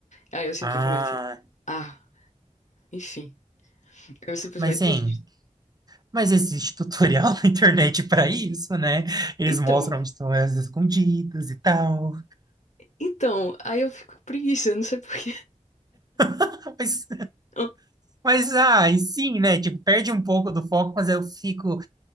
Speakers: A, on the left; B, on the right.
A: Aí eu simplesmente
B: Ah,
A: ah, enfim, eu simplesmente
B: mas
A: desisto.
B: hein. Mas existe tutorial <laughs> na internet para isso, né? Eles
A: Então,
B: mostram onde estão as escondidas e tal.
A: então, aí eu fico com preguiça, não sei por quê.
B: <laughs> Mas,
A: <laughs>
B: mas ah, e sim, né? Tipo, perde um pouco do foco, mas eu fico.